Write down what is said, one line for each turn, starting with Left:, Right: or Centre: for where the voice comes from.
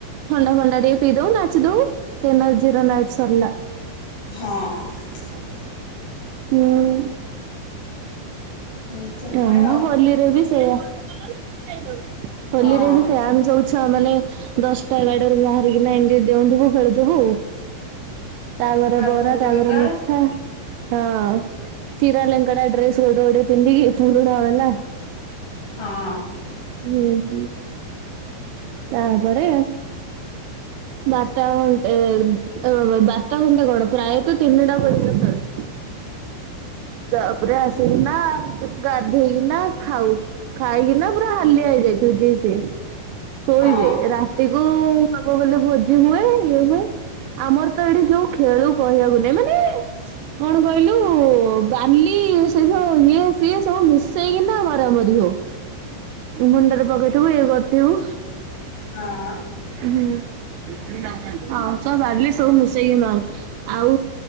Right: ଥଣ୍ଡା ଫଣ୍ଡା ଟିକେ ପିଇଦଉ ନାଚୁଦଉ ସେନା ଜିରୋ ନାଇଟ ସରିଲା।
Left: ହଁ।
Right: ହୁଁ।
Left: ଏମିତି ହୁଏ
Right: ହଁ
Left: ଆଉ
Right: ହୋଲିରେ ବି ସେଇୟା ହୋଲିରେ
Left: ହଁ
Right: ବି ସେୟା ଆମେ ସବୁ ଛୁ ମାନେ ଦଶଟା ଏଗାରଟାରୁ ବାହାରିକିନା ଏମିତି ଡେଉଁଥିବୁ ଖେଳୁଥିବୁ। ତାପରେ
Left: ଗାଧଉଛ
Right: ବରା ତାପରେ
Left: କେତେବେଳେ
Right: ମିଠା। ହଁ ଚୀରା ଲେଙ୍କେଡା ଡ୍ରେସ୍ ଗୋଟେ ଗୋଟେ ପିନ୍ଧିକି ପୁରୁଣ ଏଲା।
Left: ହଁ।
Right: ହୁଁ ହୁଁ ତାପରେ। ବାରଟା ଘଣ୍ଟେ ତ ଅ ବାରଟା ଘଣ୍ଟା କଣ ପ୍ରାୟତଃ ତିନିଟା ପର୍ଯ୍ୟନ୍ତ ଖେଳୁ। ତାପରେ ଆସିକି ନା ଗାଧେଇକି ନା ଖାଉ। ଖାଇକି ନା ପୁରା ହାଲିଆ ହେଇଯାଇଥିବି ଯି ସେ ଶୋଇବେ
Left: ହଁ
Right: ରା ତିକୁ ଆଗ ହେଲେ ଭୋଜି ହୁଏ ଇଏ ହୁଏ। ଆମର ତ ଏଠି ଯୋଉ ଖେଳୁ କହିବାକୁ ନାଇଁ ମାନେ କଣ କହିଲୁ ବାଲି ସେ ସବୁ ଇଏ ସିଏ ସବୁ ମିଶେଇକି ନା ମରାମରି ହଉ। ମୁଣ୍ଡରେ ପକେଇଥିବୁ ଇଏ କର୍ଥିବୁ।
Left: ହଁ।
Right: ହୁଁ ଆଉଁସ ବାଲି ସବୁ ମିଶେଇକି ମାରୁ। ଆଉ